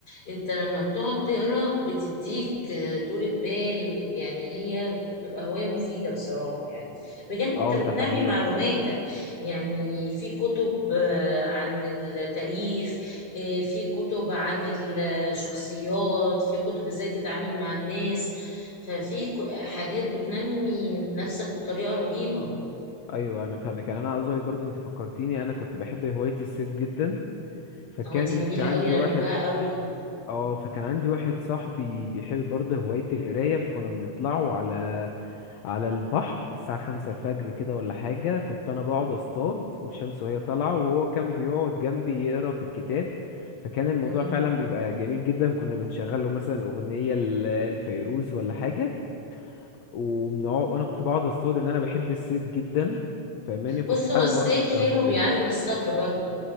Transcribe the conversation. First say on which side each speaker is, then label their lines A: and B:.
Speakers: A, on the left; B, on the left.
A: انت لما بتقعد تقرا بتديك آه، طولة بال يعني هي بتبقى هواية مفيدة بصراحة يعني بجانب
B: اه
A: انت بتنمي
B: ده حقيقي
A: معلوماتك يعني في كتب آه، عن التاريخ آه، في كتب عن الشخصيات في كتب ازاي تتعامل مع الناس ففي ك- حاجات بتنمي نفسك بطريقة رهيبة
B: ايوه انا فاهمك يعني انا عاوز اقولك برضو انت فكرتيني انا كنت بحب هوايه الصيد جدا فكان
A: اه دي جميلة
B: في عندي
A: قوي انا
B: واحد
A: بحبها قوي
B: اه فكان عندي واحد صاحبي بيحب برضه هوايه القرايه فكنا بنطلعوا على على البحر الساعة خمسة الفجر كده ولا حاجة كنت أنا بقعد أصطاد والشمس وهي طالعة وهو كان بيقعد جنبي يقرا في الكتاب فكان الموضوع
A: مم.
B: فعلا بيبقى جميل جدا كنا بنشغل له مثلا أغنية ل- لفيروز ولا حاجة وبنقعد وأنا كنت بقعد أصطاد إن أنا بحب الصيد جدا فاهماني كنت
A: بص
B: فعلا
A: هو الصيد
B: واخده كهواية
A: حلو بيعلم الصبر برضو